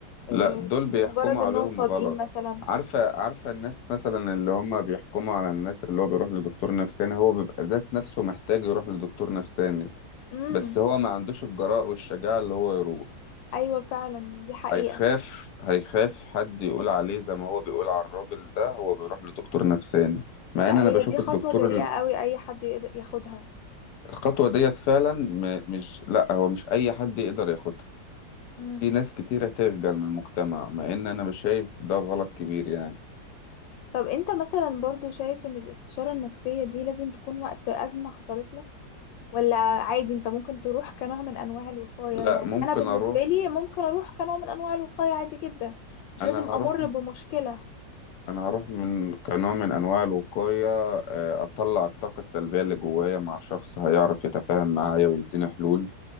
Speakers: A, on the left; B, on the left.
A: لا
B: آه،
A: دول
B: لمجرد
A: بيحكموا
B: انهم
A: عليهم
B: فاضيين
A: غلط
B: مثلا
A: عارفة عارفة الناس مثلا اللي هم بيحكموا على الناس اللي هو بيروح لدكتور نفساني هو بيبقى ذات نفسه محتاج يروح لدكتور نفساني
B: امم
A: بس هو ما عندوش الجراءة والشجاعة اللي هو يروح
B: ايوه فعلا دي حقيقة
A: هيخاف هيخاف حد يقول عليه زي ما هو بيقول على الراجل ده هو بيروح لدكتور نفساني مع
B: لا
A: ان انا
B: هي
A: بشوف
B: دي خطوة
A: الدكتور
B: جريئة
A: ال-
B: قوي اي حد يقدر ياخدها
A: الخطوة ديت فعلا م- مش لا هو مش اي حد يقدر ياخدها
B: مم.
A: في ناس كتيرة تخجل من المجتمع مع ان انا بشايف ده غلط كبير يعني
B: طب انت مثلا برضو شايف ان الاستشارة النفسية دي لازم تكون وقت أزمة حصلت لك ولا عادي انت ممكن تروح كنوع من انواع الوقاية
A: لا
B: يعني
A: ممكن
B: انا بالنسبة
A: اروح
B: لي ممكن اروح كنوع من انواع الوقاية عادي جدا مش
A: انا
B: لازم امر
A: هروح
B: بمشكلة
A: انا هروح من كنوع من انواع الوقايه آه، اطلع الطاقه السلبيه اللي جوايا مع شخص هيعرف يتفاهم معايا ويديني حلول